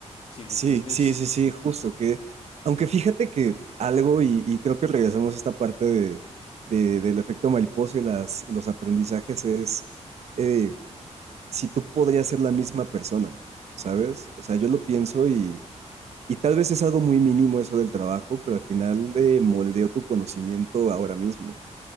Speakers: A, on the left; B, on the right.
A: si me
B: Sí,
A: entiendes.
B: sí, sí, sí, justo que, aunque fíjate que algo, y, y creo que regresamos a esta parte de, de- del efecto mariposa y las, y los aprendizajes, es eh, si tú podrías ser la misma persona, ¿sabes? O sea, yo lo pienso y, y tal vez es algo muy mínimo eso del trabajo, pero al final eh, moldeó tu conocimiento ahora mismo.